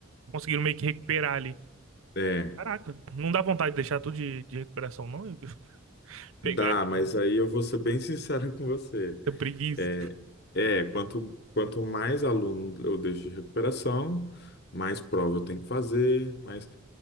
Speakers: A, on the right (about 70°); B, on the left (about 50°).
A: conseguiram meio que recuperar ali.
B: É.
A: Caraca, não dá vontade de deixar tudo de, de recuperação, não? <laughs> Pegar
B: Dá,
A: aquela
B: mas aí eu vou ser bem sincero <laughs> com você.
A: preguiça.
B: É, é quanto, quanto mais aluno eu deixo de recuperação, mais prova eu tenho que fazer, mais...